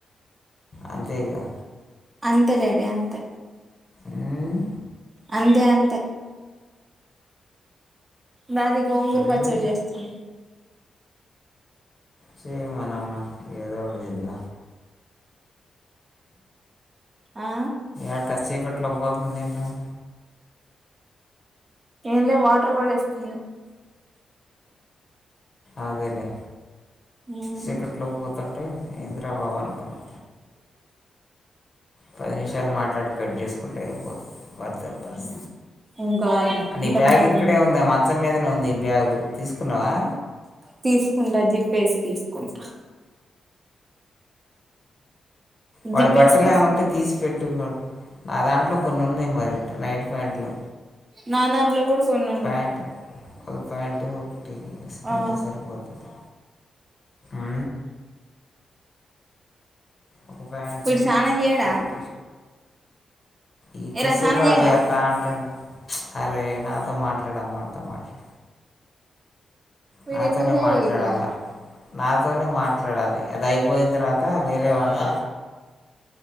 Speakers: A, on the left; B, on the right.
A: అంతేగా
B: అంతే రెడిీ అంతే
A: ఉమ్
B: అంతే అంతే దాదికి ఒంగూర్
A: ఉమ్
B: పచ్చడి చేస్తని
A: చేయ మనమ్మ ఏదో ఉడుదుంద
B: ఆ
A: ఆ డకిీకట్లో పోతుంద ఏంటడి
B: ఏంలే వాటర్ పడిస్తుంది
A: అదేలే
B: ఉమ్
A: చీకట్లో పోతుంటే ఏంద్రా బాబు అనుకున్నా పది నిమిషాలు మాట్లాడి కట్ చేసుకుంటే పడుతు పంది
B: ఇంకా
A: అంే
B: ఇంకా
A: ఈ బ్యాగ్
B: నాది
A: ఇక్కడే ఉంది మంచం మీదనే ఉంది ఈ బ్యాగు్ తీసుకున్నావా
B: తీసుకుంటా జిప్ప వేసి తీసుకుంటా
A: వాడు
B: జిప్పేసి
A: బట్టలుని
B: తీసుకుంటా
A: ఉంటే తీసి పెెట్టు నా దాంట్లో కొన్ని ఉన్నాయి మరి నైట్ ప్యాంట్లు
B: నా దాంట్లో కూడా కొన్ని ఉన్నాయి
A: ప్యాంటు అది ప్యాంటు ఒకటి ఇసుకుంటే
B: ఆ
A: సరిపోతుంది అ ఒక ప్యాంటు
B: వీడు స్నానం చేయడా
A: ఒక షర్ట్ ఈ కోసే
B: ఏరా స్నానం
A: పజే
B: చేయవా
A: ప్యాంట్ అరే నాతో మాట్లాడమ్మా వాడితో మాట్లాడ
B: వీడు
A: నాతోనే
B: ఎందుకు డాడీ
A: మాట్లాడాల
B: ఇట్లా
A: నాతోనే మాట్లాడాలి అది అయిపోయిన తర్వాత వేరేమంట